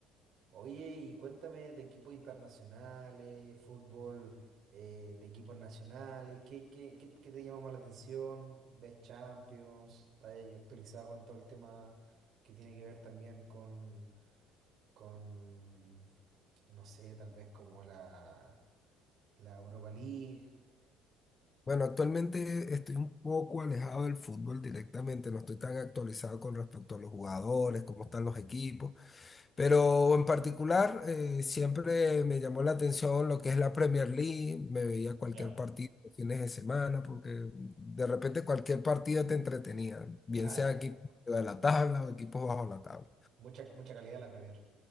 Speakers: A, on the right; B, on the left.
A: Oye, y cuéntame de equipos internacionales, fútbol eh, de equipos nacionales, ¿qué, qué, qué- qué te llama más la atención? ¿Ves Champions? ¿Estás ahí actualizado con todo el tema que tiene que ver también con, con, no sé, tal vez como la, la Europa League?
B: Bueno, actualmente estoy un poco alejado del fútbol directamente, no estoy tan actualizado con respecto a los jugadores, cómo están los equipos, pero en particular eh, siempre me llamó la atención lo que es la Premier League, me veía cualquier
A: Ya,
B: partido los fines de semana, porque de repente cualquier partido te entretenía, bien
A: Claro,
B: sea
A: mu-
B: equipos de la tabla o equipos bajo la tabla.
A: Mucha, mucha calidad la Premier.